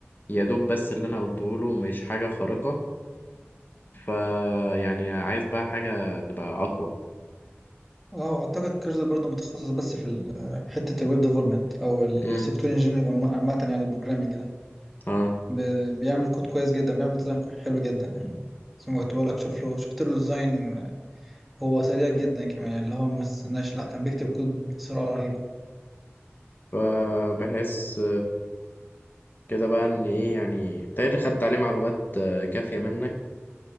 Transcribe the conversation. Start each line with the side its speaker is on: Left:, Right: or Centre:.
Left: يا دوب بس اللي أنا قلته له مش حاجة خارقة فيعني عايز بقى حاجة تبقى أقوى
Centre: اه اعتقد كيرزر برضه متخصص بس في ال- حتة الويب ديفلوبمنت او السوفت
Left: مم.
Centre: وير انجينيرنج عامة يعني البروجرامنج ده
Left: اه
Centre: ب- بيعمل كود كويس جدا بيعمل ديزاين حلو جدا يعني زي ما قلت لك شوف له شفت له ديزاين هو سريع جدا كمان يعني اللي هو ما استناش لا كان بيكتب كود بسرعة رهيبة
Left: فبحس كده بقى ان ايه يعني بتهيألي خدت عليه معلومات آه، كافية منك